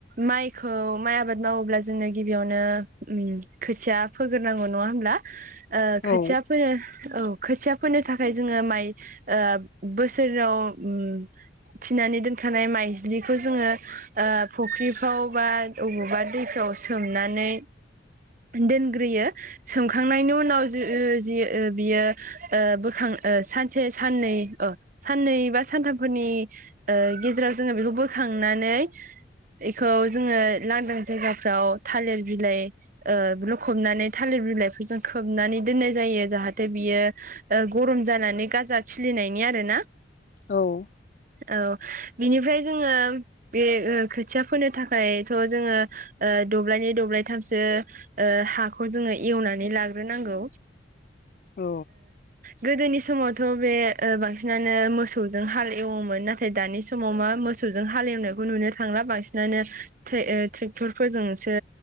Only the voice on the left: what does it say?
औ
औ
औ